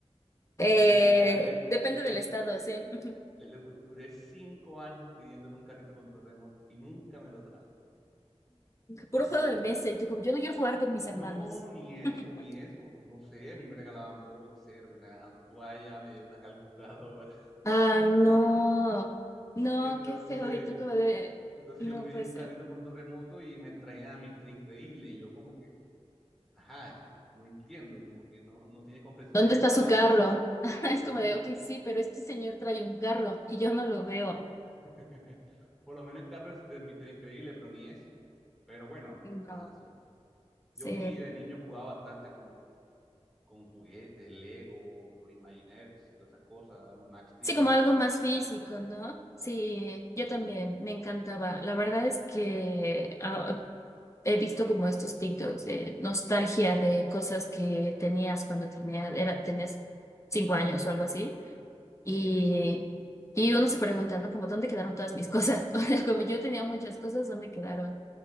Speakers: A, on the left; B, in the centre.
A: Eh,
B: Le pedía, le
A: depende
B: duré,
A: del estado, sí. ujú.
B: le, le duré cinco años pidiéndole un carrito con remoto y nunca me lo trajo. Y
A: Puro juego de mesa y tú como, yo no quiero jugar con mis hermanos.
B: no, ni eso,
A: <laughs>
B: ni eso. No sé, a mí me regalaban boxer, me regalaban toalla, me dieron una calculadora.
A: Ay, no,
B: <laughs>
A: no,
B: Entonces.
A: qué feo. Y tú como de,
B: Entonces
A: no
B: yo pedí
A: puede
B: un
A: ser.
B: carrito con torremoto y me traía mi tren Increíble y yo como que, ajá, no entiendo, como que no, no tiene compresión
A: ¿Dónde
B: lectora.
A: está su carro? <laughs>
B: Sí.
A: Es como de, ok, sí, pero este señor trae un carro y yo no lo veo.
B: <laughs> Por lo menos el carro es de mi tren Increíble, pero ni es. Pero bueno,
A: No.
B: ajá, son- yo
A: Sí,
B: sí de niño jugaba bastante con, con juguetes, Lego, los Imagineers y todas esas cosas, los Max Steel.
A: sí, como algo más físico, ¿no? Sí, yo
B: Sí,
A: también, me encantaba. La verdad es que ah, he visto como estos TikToks de nostalgia de cosas que tenías cuando tenía, era, tenías cinco años o algo así. Y, y uno se pregunta, ¿no? Como, ¿dónde quedaron todas mis cosas? <laughs> O sea, como yo tenía muchas cosas, ¿dónde quedaron?